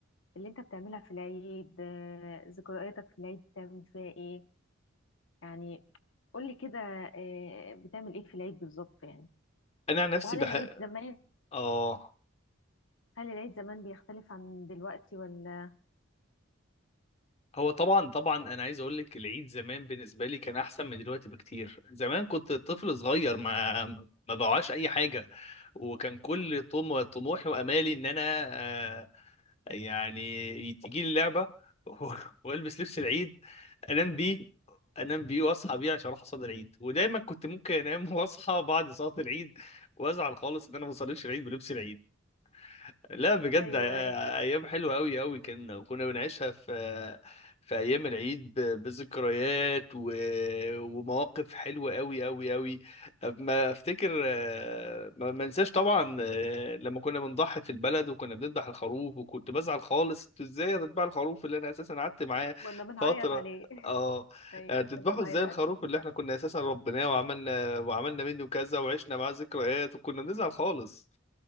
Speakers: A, on the left; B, on the left.
A: اللي أنت بتعملها في العيد آه ذكرياتك في العيد بتعمل فيها إيه يعني قولي كده آه بتعمل إيه في العيد بالظبط يعني
B: انا عن نفسي
A: وهل
B: بح
A: العيد زمان
B: اه
A: هل العيد زمان بيختلف عن دلوقتي ولا
B: هو طبعا طبعا انا عايز اقول لك العيد زمان بالنسبه لي كان احسن من دلوقتي بكتير زمان كنت طفل صغير ما ما بوعاش اي حاجه وكان كل طم... طموحي وامالي ان انا آه يعني تجي لي لعبه <laughs> والبس لبس العيد انام بيه انام بيه واصحى بيه عشان اروح اصلي العيد ودايما كنت ممكن انام واصحى بعد صلاه العيد وازعل خالص ان انا ما بصليش العيد بلبس العيد لا بجد
A: ايوه
B: آه،
A: ايوه
B: ايام حلوه قوي قوي كنا وكنا بنعيشها في في ايام العيد ب- بذكريات و... ومواقف حلوه قوي قوي قوي ما افتكر آه، ما ما انساش طبعا آه، لما كنا بنضحي في البلد وكنا بنذبح الخروف وكنت بزعل خالص انتوا ازاي هتذبحوا الخروف اللي انا اساسا قعدت معاه
A: كنا بنعيط
B: فتره
A: عليه
B: اه
A: <laughs> ايوه
B: آه، تذبحوا
A: كنا بنعيط
B: ازاي الخروف
A: عليه
B: اللي احنا كنا اساسا ربيناه وعملنا وعملنا منه كذا وعشنا معاه ذكريات وكنا بنزعل خالص